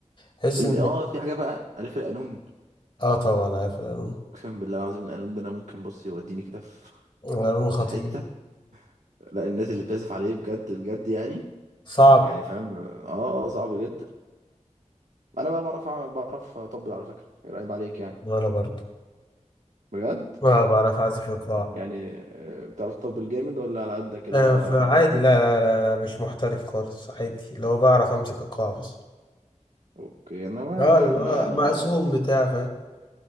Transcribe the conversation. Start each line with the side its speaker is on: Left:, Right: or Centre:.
Left: تحس
Right: ال-
Left: إن
Right: اه في حاجه بقى الف القانون
Left: آه طبعا عارف القانون
Right: اقسم بالله العظيم القانون ده انا ممكن بص يوديني كده في
Left: القانون خطير
Right: في حته لا الناس اللي بتعزف عليه بجد بجد يعني
Left: صعب
Right: يعني فاهم اه صعب جدا انا بقى بعرف أعمل- بعرف اطبل على فكره ايه رايب عليك يعني
Left: وأنا برضه
Right: بجد
Left: ما بعرف أعزف إيقاع
Right: يعني آه، بتعرف تطبل جامد ولا على قدك اللي
Left: آه
Right: هو
Left: فعادي
Right: ها-
Left: لا لا لا لا مش محترف خالص عادي اللي هو بعرف أمسك إيقاع بس
Right: اوكي انا
Left: آه
Right: يعني
Left: اللي
Right: انا
Left: هو
Right: انا
Left: مقسوم بتاع فاهم